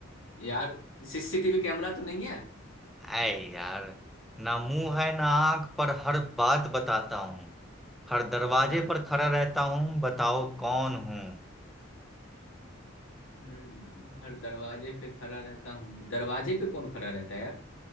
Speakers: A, on the left (about 75°); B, in the centre.
A: यार सीसीटीवी कैमरा तो नहीं है
B: ऐ यार ना मुंह है ना आंख पर हर बात बताता हूँ हर दरवाजे
A: हाँ
B: पर खड़ा रहता हूँ बताओ कौन हूँ
A: हम्म हर दरवाजे पे खड़ा रहता हूँ दरवाजे पे कौन खड़ा रहता है यार